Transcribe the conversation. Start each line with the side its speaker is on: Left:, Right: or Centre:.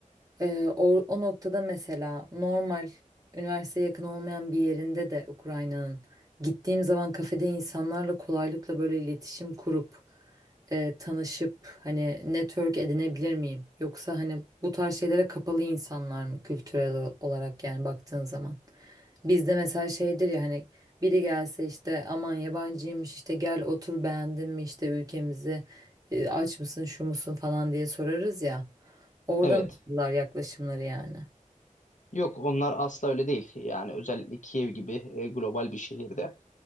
Right: Ee, o, o noktada mesela normal üniversiteye yakın olmayan bir yerinde de Ukrayna'nın gittiğim zaman kafede insanlarla kolaylıkla böyle iletişim kurup e, tanışıp hani network edinebilir miyim? Yoksa hani bu tarz şeylere kapalı insanlar mı kültürel o- olarak yani baktığın zaman? Bizde mesela şeydir ya hani biri gelse işte aman yabancıymış işte gel otur beğendin mi işte ülkemizi e, aç mısın şu musun falan diye sorarız ya. Oradan
Left: Evet.
Right: nasıllar yaklaşımları yani.
Left: Yok onlar asla öyle değil. Yani özellikle Kiev gibi e, global bir şehirde